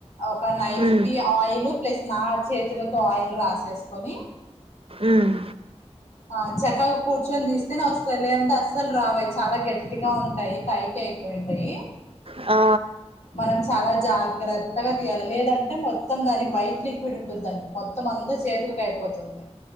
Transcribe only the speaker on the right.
హ్మ్.
ఉమ్
ఆ...